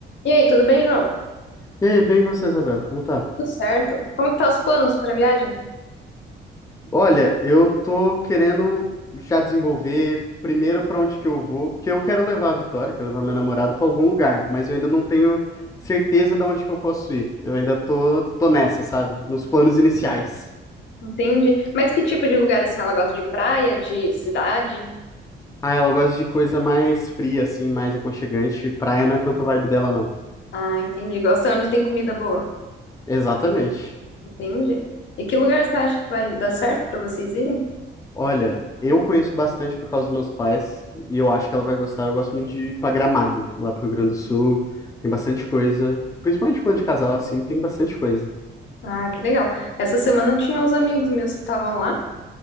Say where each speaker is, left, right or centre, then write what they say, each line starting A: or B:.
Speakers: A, on the left (about 70°); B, on the left (about 15°).
A: E aí, tudo bem, João?
B: E aí, bem você, Isabela, como tá?
A: Tudo certo? Como que tá os planos para viagem?
B: Olha, eu tô querendo já desenvolver primeiro pra onde que eu vou, porque eu quero levar a Vitória, quero levar minha namorada pra algum lugar, mas eu ainda não tenho certeza de onde que eu posso ir. Eu ainda tô, tô nessa, sabe? Nos planos iniciais.
A: Entendi. Mas que tipo de lugar assim ela gosta de praia, de cidade?
B: Ah, ela gosta de coisa mais fria, assim, mais aconchegante. Praia não é tanto a vibe dela, não.
A: Ah, entendi. Gosta onde tem comida boa.
B: Exatamente.
A: Entendi. E que lugar você acha que vai dar certo para vocês irem?
B: Olha, eu conheço bastante por causa dos meus pais e eu acho que ela vai gostar. Eu gosto muito de ir pra Gramado, lá pro Rio Grande do Sul. Tem bastante coisa, principalmente plano de casal, assim, tem bastante coisa.
A: Ah, que legal. Essa semana tinha uns amigos meus que estavam lá.